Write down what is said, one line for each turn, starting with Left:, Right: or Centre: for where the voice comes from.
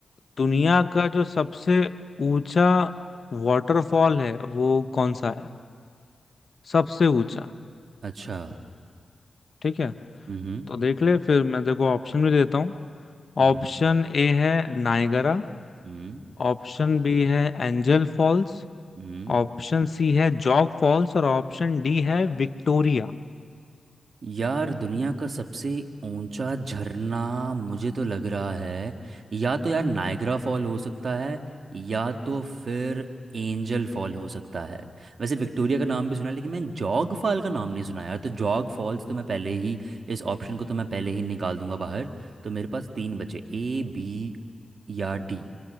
Left: दुनिया का जो सबसे ऊंचा वाटरफॉल है वो कौन सा है सबसे ऊंचा
Right: अच्छा
Left: ठीक है
Right: हम्म
Left: तो देख ले फिर मैं देखो ऑप्शन भी देता हूँ
Right: हम्म
Left: ऑप्शन ए है नायगरा
Right: हम्म
Left: ऑप्शन बी है एंजल फॉल्स
Right: हम्म।
Left: ऑप्शन सी है जॉग फॉल्स और ऑप्शन डी है विक्टोरिया
Right: यार दुनिया का सबसे ऊंचा झरना मुझे तो लग रहा है या तो यार नायग्रा फॉल हो सकता है या तो फिर एंजल फॉल हो सकता है वैसे विक्टोरिया का नाम भी सुना है लेकिन मैंने जॉग फॉल का नाम नहीं सुना यार तो जॉग फॉल्स तो मैं पहले ही इस ऑप्शन को तो मैं पहले ही निकाल दूंगा बाहर तो मेरे पास तीन बचे ए बी या डी